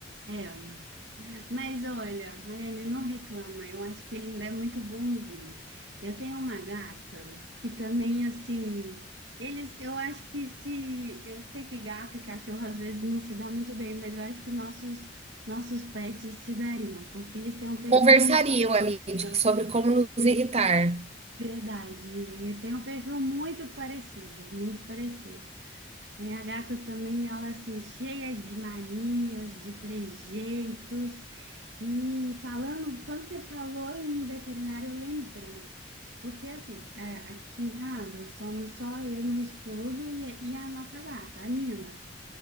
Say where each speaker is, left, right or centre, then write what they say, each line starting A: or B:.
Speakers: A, on the right; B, on the right.
A: É, mas olha, Rayane, não reclama, eu acho que ele ainda é muito bonzinho. Eu tenho uma gata que também, assim, eles, eu acho que se, eu sei que gato e cachorro às vezes não se dá muito bem, mas eu acho que nossos, nossos pets se dariam, porque eles têm um perfil,
B: Conversariam ali de-
A: <laughs>
B: sobre como nos irritar.
A: verdade, Tem um perfil muito parecido, muito parecido. Aí a gata também, ela assim, cheia de manias, de trejeitos. E falando, quando você falou em veterinário, eu lembrei. Porque assim, é, aqui em casa somos só eu, meu esposo e, e a nossa gata, a Nina.